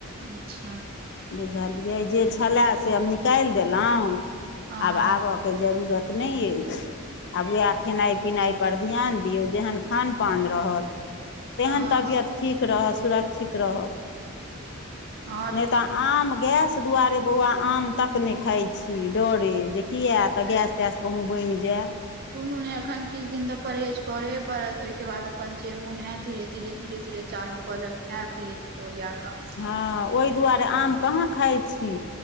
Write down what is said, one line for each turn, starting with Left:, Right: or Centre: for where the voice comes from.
Right: अच्छा।
Left: बुझलियै जे छलय से हम निकैल देलहुँ
Right: हँ
Left: आब के जरूरत नहि अछि, आब वएह खेनाइ पिनाइ पर ध्यान दियौ जेहन खान। पान रहत तेहन
Right: हँ
Left: तबियत
Right: से तऽ
Left: ठीक रहत, सुरक्षित रहत।
Right: और
Left: नहि तऽ। आम गैस दुआरे बौआ, आम तक नइ खाइ छी डरे जे किया तऽ गैस तैस। कहूँ बड़ी जाए।
Right: कोनो नै अखन किछु दिन तऽ परहेज करहे पड़त ओइके बाद अपन जे मोन हैत धीरे धीरे धीरे चालू। कलेब खायब धीरे धीरे ओरिया कऽ।
Left: हँ, ओइ दुआरे आम कहाँ खाइ छी।